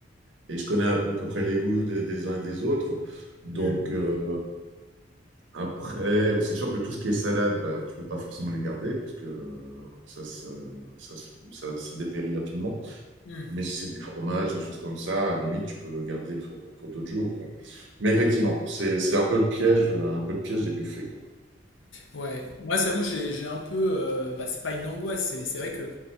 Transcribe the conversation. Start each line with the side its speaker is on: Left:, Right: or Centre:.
Right: et je connais à peu à peu près les goûts des, des uns et des autres. Donc,
Left: Mm.
Right: euh, après, bon, c'est sûr que tout ce qui est salade, bah, tu peux pas forcément les garder parce que euh, ça, se- ça, se- ça se dépérit rapidement.
Left: Mm.
Right: Mais si c'est du fromage, des choses comme ça, à la limite, tu peux garder pour, pour d'autres jours, quoi. Mais effectivement, c'est c'est un peu le piège, euh, un peu le piège des buffets, quoi.
Left: Ouais, moi, ça vous, j'ai j'ai un peu. euh, bah, c'est pas une angoisse, c'est c'est vrai que